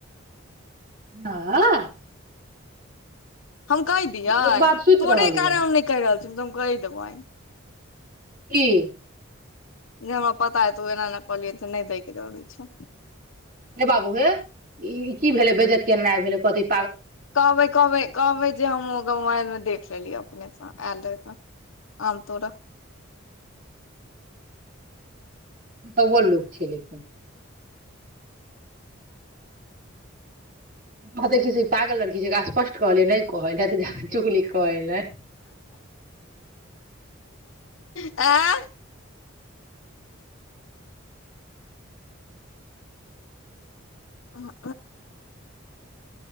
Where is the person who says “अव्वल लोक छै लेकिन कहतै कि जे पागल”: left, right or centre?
Right